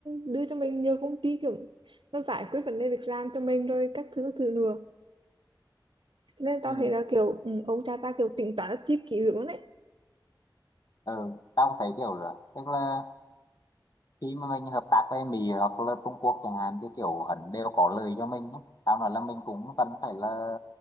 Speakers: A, on the right; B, on the left.
A: đưa cho mình nhiều công ty kiểu nó giải quyết vấn đề việc làm cho mình rồi các thứ các thứ nữa Thế nên tao
B: Ừ.
A: thấy là kiểu ừ, ông cha ta kiểu tính toán rất chi kỹ lưỡng đấy
B: ừ tao cũng thấy kiểu rồi tức là khi mà mình hợp tác với Mỹ hoặc là Trung Quốc chẳng hạn thì kiểu hẳn đều có lời cho mình ấy. Tao nói là mình cũng cần phải là